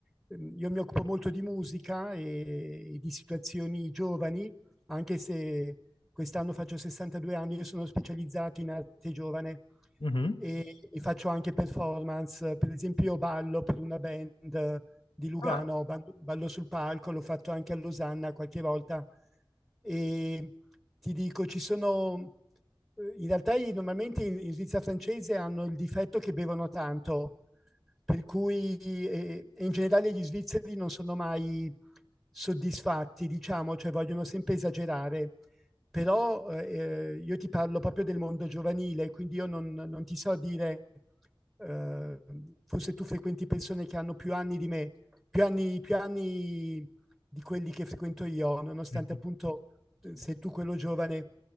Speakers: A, in the centre; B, on the left.
A: ehm, io mi occupo molto di musica e, e di situazioni giovani, anche se quest'anno faccio 62 anni e sono specializzato in arte giovane
B: Mhm.
A: e, e faccio anche performance, per esempio io ballo per una band di Lugano,
B: Ah.
A: Ballo Ballo sul palco, l'ho fatto anche a Losanna qualche volta e ti dico, ci sono... eh, In realtà i- normalmente in, in Svizzera francese hanno il difetto che bevono tanto, per cui eh, e in generale gli svizzeri non sono mai soddisfatti, diciamo, cioè vogliono sempre esagerare. Però eh, io ti parlo proprio del mondo giovanile, quindi io non, non ti so dire, eh, forse tu frequenti persone che hanno più anni di me, più anni, più anni di quelli che frequento io, nonostante
B: Mhm.
A: appunto eh, sei tu quello giovane.